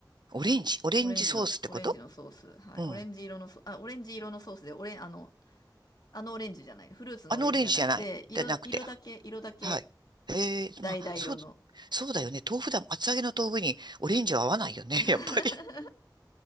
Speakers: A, on the right; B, on the left.
A: オレンジオレンジソースってこと
B: オレンジのソ、オレンジのソース。はい。
A: うん。
B: オレンジ色のソ、あ、オレンジ色のソースで、オレン、あの、あのオレンジじゃない。フルーツのオレンジじゃなくて、
A: あのオレンジじゃない。
B: 色だ、
A: じゃなくて。
B: 色だけ、色だけ、
A: はい。へえ。
B: 橙色の。
A: まあ、そう、そうだよね。豆腐だもん。厚揚げの豆腐にオレンジは合わないよね。
B: <laughs>
A: <laughs> やっぱり。